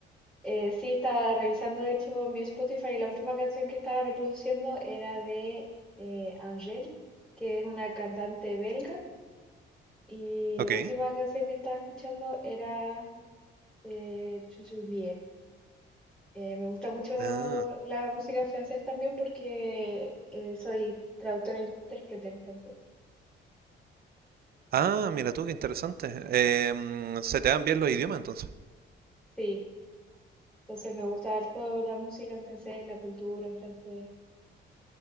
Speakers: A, in the centre; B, on the right.
A: Eh, sí, estaba revisando, de hecho, mi Spotify y la última canción que estaba reproduciendo era de eh, Angèle, que es una cantante belga. Y
B: Ok.
A: la última canción que estaba escuchando era eh, Chuchublie. Eh, me gusta mucho
B: Ah,
A: la música en francés también porque eh, soy traductora e intérprete en francés.
B: Ah, mira tú, qué interesante. Em, se te dan bien los idiomas entonces.
A: Sí, entonces me gusta toda la música en francés, la cultura en francés.